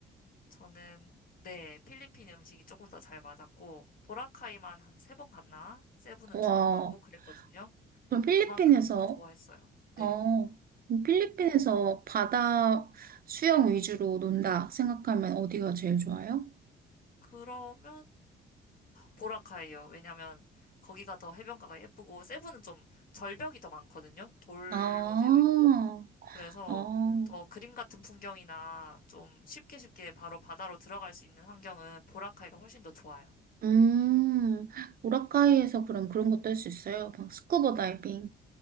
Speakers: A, on the left (about 45°); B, on the right (about 50°).
A: 저는 네, 필리핀 음식이 조금 더 잘 맞았고 보라카이만 한 세 번 갔나? 세부는
B: 와,
A: 두 번 가고 그랬거든요.
B: 그럼 필리핀에서,
A: 그만큼 좋아했어요. 네.
B: 어, 그럼 필리핀에서 바다 수영 위주로 논다 생각하면 어디가 제일 좋아요?
A: 그러면 보라카이요. 왜냐면 거기가 더 해변가가 예쁘고 세부는 좀 절벽이 더 많거든요. 돌로
B: 아,
A: 되어 있고 그래서
B: 어.
A: 더 그림 같은 풍경이나 좀 쉽게 쉽게 바로 바다로 들어갈 수 있는 환경은 보라카이가 훨씬 더 좋아요.
B: 음, 우라카이에서 그럼 그런 것도 할 수 있어요? 막 스쿠버 다이빙,